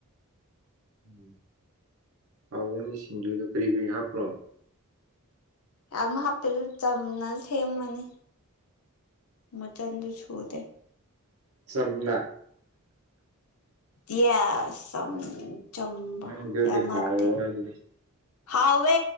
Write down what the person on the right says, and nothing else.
ꯎ ꯍꯥꯎꯕꯅꯤ ꯁꯤꯡꯖꯨꯗ ꯀꯔꯤ ꯀꯔꯤ ꯍꯥꯞꯄ꯭ꯔꯣ
ꯆꯝꯅꯥ
ꯎꯝ ꯑꯗꯨꯗꯤ
ꯍꯥꯎꯔꯣꯏ
ꯑꯗꯨꯗꯤ